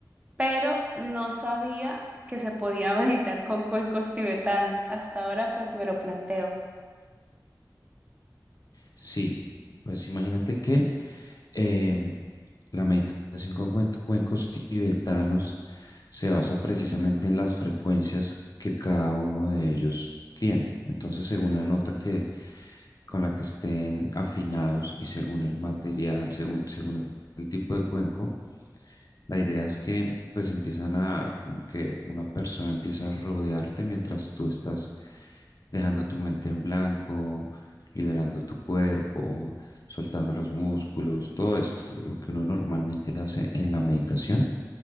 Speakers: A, on the right; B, on the left.
A: pero no sabía que se podía <laughs> meditar con cuencos tibetanos. Hasta ahora pues me lo planteo.
B: Sí, pues imagínate que Em, la meditación con cuen- cuencos tibetanos se basa precisamente en las frecuencias que cada uno de ellos tiene. Entonces, según la nota que con la que estén afinados y según el material, según, según el tipo de cuenco, la idea es que pues empiezan a, como que una persona empieza a rodearte mientras tú estás dejando tu mente en blanco, liberando tu cuerpo, soltando los músculos, todo esto, lo que uno normalmente hace en la meditación.